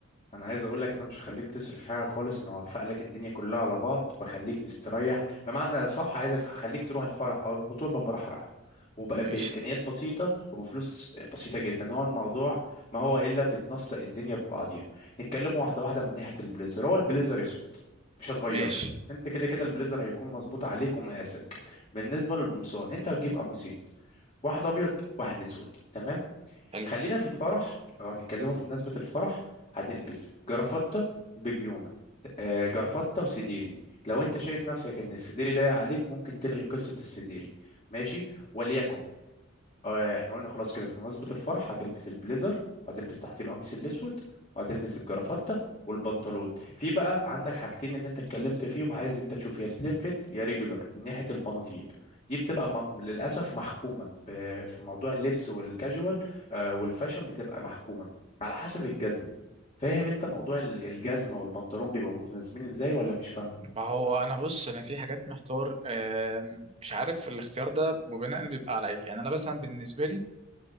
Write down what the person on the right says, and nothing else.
ماشي
ماشي
حلو
ما هو انا بص انا في حاجات محتار آم، مش عارف الاختيار ده وبناء بيبقى على ايه يعني انا مثلا بالنسبة لي